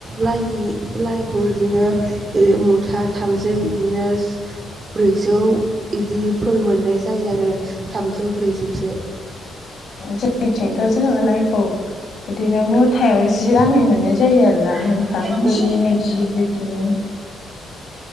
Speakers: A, on the right; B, on the left.
A: लाइनि लाइखौ बिदिनो मुथा थामसै बिदिनो ब्रैजौ बिदिफोर मोननाय जायो आरो थामजौ ब्रैजौसो
B: जोंनिथिंथ' जोङो लाइखौ बिदिनो मुथायाव जि राङै मोननाय जायो आरोना
A: मा
B: नोंथां
A: होनदों
B: जि नै जि बिब्दिनो